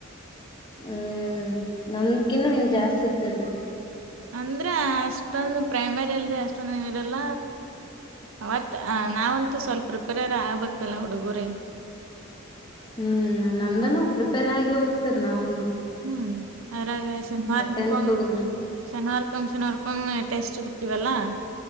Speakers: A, on the left (about 20°); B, on the right (about 65°).
A: ಹ್ಮ್ ನಮಕಿನ್ನ ನಿನ್ ಜಾಸ್ತಿ ಇರ್ತದಿ
B: ಅಂದ್ರ ಅಷ್ಟೊಂದ ಪ್ರೈಮರಿ ಅಲ್ರಿ ಅಷ್ಟೊಂದ ನೀಡಲ್ಲ ಅವತ್ ನಾವಂತೂ ಸ್ವಲ್ಪ ಪ್ರಿಪೇರ್ ಆಗ್ಬೇಕಲ್ಲ ಹುಡುಗರ
A: ಹ್ಮ್ ನಮ್ದನು ಪ್ರಿಪೇರ್ ಆಗಿ ಹೋಗ್ತಿರ ನಾವನು
B: ಹ್ಮ್ ಅದ್ರಾಗ ಶನಿವಾರಕೊ
A: ಟೆಂತ್ ಹುಡುಗ್ರು
B: ಶನಿವಾರ್ಕೊಮ್ ಶನಿವಾರ್ಕೊಮ್ಮ್ ಟೆಸ್ಟ್ ಇರ್ತೀವಲ್ಲಾ